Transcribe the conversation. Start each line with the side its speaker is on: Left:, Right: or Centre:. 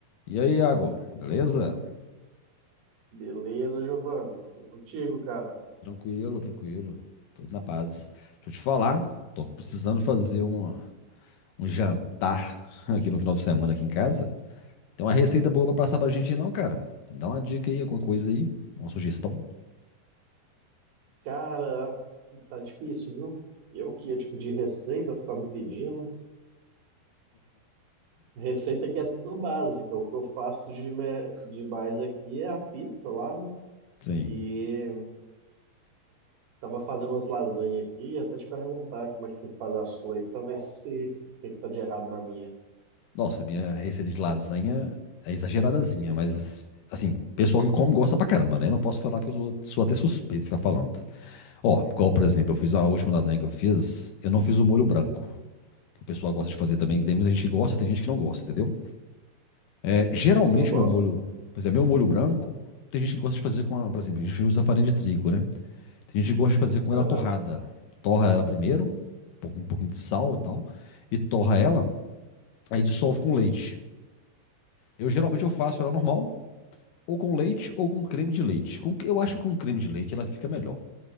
Left: E aí, Iago, beleza?
Right: Beleza, Giovanni. E contigo, cara?
Left: Tranquilo, tranquilo. Tudo na paz. Deixa eu te falar, tô precisando fazer um, um jantar <laughs> aqui no final de semana aqui em casa. Tem uma receita boa pra passar pra gente não, cara? Me Dá uma dica aí, alguma coisa aí, uma sugestão.
Right: Cara, tá difícil, viu? Eu que ia te pedir receita, você tá me pedindo. Receita que é tudo básica. O que eu faço de, me... de mais aqui é a pizza lá, né?
Left: Sim.
Right: E tava fazendo umas lasanhas aqui, até te perguntar como é que você faz a sua aí, pra ver se o que que tá de errado na minha.
Left: Nossa, minha receita de lasanha é exageradazinha, mas assim, pessoal que come gosta pra caramba, né? Não posso falar porque eu sou, sou até suspeito de ficar falando. Ó, igual, por exemplo, eu fiz a última lasanha que eu fiz, eu não fiz o molho branco. que o pessoal gosta de fazer também, que tem muita gente que gosta, tem gente que não gosta, entendeu? É, geralmente
Right: Eu gosto.
Left: o meu molho, pois é meu molho branco, tem gente que gosta de fazer com, a, por exemplo, a gente usa farinha de trigo, né? Tem gente que gosta de fazer com
Right: Aham,
Left: ela torrada. Torra ela primeiro, um pouquinho, um pouquinho de sal e tal, e torra ela, aí dissolve com leite. Eu geralmente eu faço ela normal, ou com leite, ou com creme de leite. Com- eu acho que com creme de leite ela fica melhor.